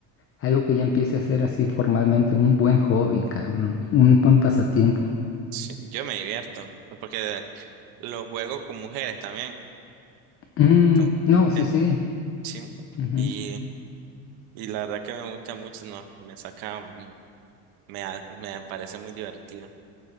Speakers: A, on the left (about 35°); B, on the right (about 70°).
A: algo que ya empiece a hacer así formalmente, un buen hobby, cabrón, un buen pasatiempo.
B: Sí, yo me divierto, pues, porque lo juego con mujeres también.
A: Mm,
B: Entonces,
A: no, sí,
B: en-
A: sí.
B: sí,
A: ujú.
B: y, y la verdad que me gusta mucho, no, me saca, mu- me, ha- me parece muy divertido.